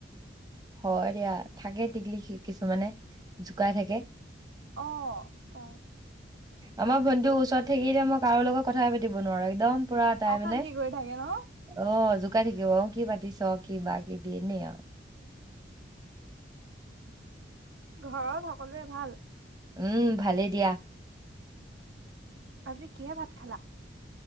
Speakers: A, on the right; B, on the right.
A: হয় দিয়া, থাকে টিকলি কিছুমানে জোকাই থাকে।
B: অ' তাই
A: আমাৰ ভণ্টিৰ ওচৰত থাকিলে মই কাৰো লগত কথাই পাতিব নোৱাৰো একদম পৰা তাই
B: অশান্তি
A: মানে।
B: কৰি থাকে ন
A: অ' <unintelligible> থাকিব কি পাতিছ কিবা কিবি এনেই আও।
B: ঘৰত সকলোৰে ভাল?
A: উম ভালেই দিয়া।
B: আজি কিহে ভাত খালা?